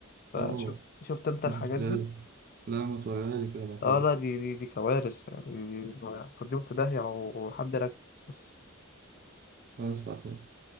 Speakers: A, on the left; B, on the right.
A: فشوف
B: أوه
A: شفت أنت
B: ما
A: الحاجات
B: شفتهاش
A: دي؟
B: لا ما توريها لي كده بعتها
A: اه
B: لي
A: لا دي دي دي كوارث يعني دي- دي- فاضيين في داهية لو حد ركز بس
B: خلاص بعتها لي.